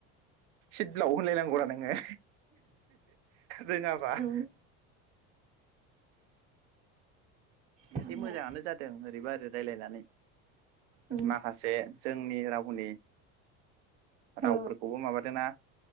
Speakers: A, on the right; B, on the right.
A: सिद ब्लाव होनलायनांगौरा नोङो रोङाबा।
B: उम
A: <inaudible>
B: थांबाय
A: एसे मोजाङानो जादों ओरैबा ओरै रायलायनानै।
B: उम
A: माखासे जोंनि रावनि रावफोरखौबो
B: औ
A: माबादों ना